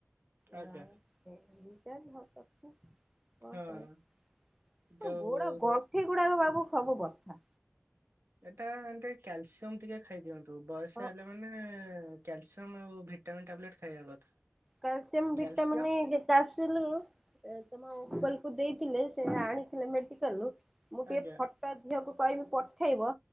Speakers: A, in the centre; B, on the right (about 55°).
A: ଆଟ
B: ଆଜ୍ଞା
A: ହ ତ କଣ <unintelligible>
B: ହଁ ଯୋଉ
A: ଗୋଡ ଗଣ୍ଠି ଗୁଡାକ ବାବୁ ସବୁ ବଥା।
B: ଏଟା ଏ କ୍ୟାଲସିୟମ ଟିକେ ଖାଇଦିଅନ୍ତୁ ବୟସ
A: ହଁ
B: ହେଲେ ମାନେ କ୍ୟାଲସିୟମ୍ ଆଉ ଭିଟାମିନ୍ ଟାବଲେଟ୍ ଖାଇବା କଥା।
A: କଲସିୟମ
B: କ୍ୟାଲସିୟମ
A: ଭିଟମିନଟା ମାନେ ଯେତେ ଆସିଲୁ ତମ ଅଙ୍କଲକୁ ଦେଇ ଥିଲେ ସେ ଆଣିଥିଲେ ମେଡିକାଲୁ ମୁଁ ଟିକେ
B: ଆଜ୍ଞା
A: ଫଟୋ ଦେହକୁ କହିବି ପଠେଇବ।